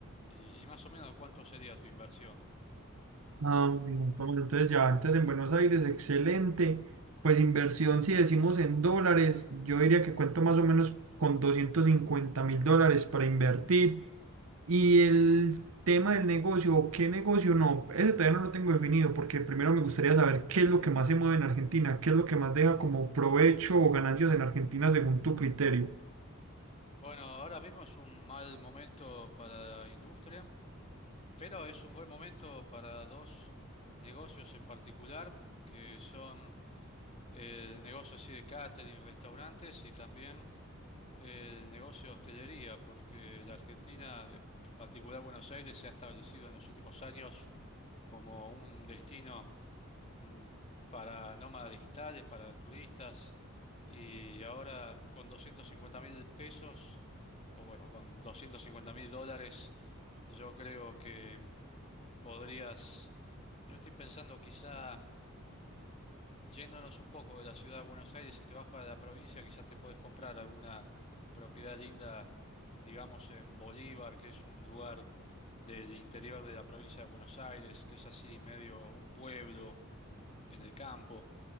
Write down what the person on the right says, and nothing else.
Ah, un montón. Entonces ya, entonces en Buenos Aires, excelente. Pues inversión, si decimos en dólares, yo diría que cuento más o menos con doscientos cincuenta mil dólares para invertir. Y el tema del negocio, o qué negocio, no, ese todavía no lo tengo definido, porque primero me gustaría saber qué es lo que más se mueve en Argentina, qué es lo que más deja como provecho o ganancias en Argentina según tu criterio.